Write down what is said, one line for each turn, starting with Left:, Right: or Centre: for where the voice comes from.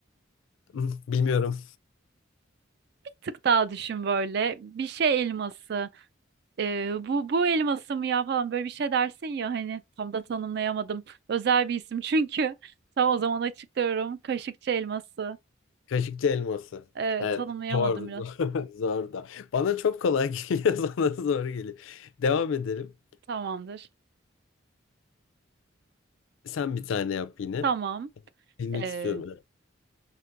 Left: <laughs> Bilmiyorum.
Right: Bir tık daha düşün böyle. Bir şey elması. Ee, bu bu elması mı ya falan böyle bir şey dersin ya hani tam da tanımlayamadım. Özel bir isim çünkü. <laughs> Tam o zaman açıklıyorum. Kaşıkçı elması.
Left: Kaşıkçı elması.
Right: Ee,
Left: Evet.
Right: tanımlayamadım
Left: Zor.
Right: biraz.
Left: <laughs> Zor zor da. Bana çok kolay <laughs> geliyor. Sana zor geliyor. Devam edelim.
Right: Tamamdır.
Left: Sen bir tane yap yine.
Right: Tamam.
Left: Bilmek
Right: Ee,
Left: istiyorum. Evet.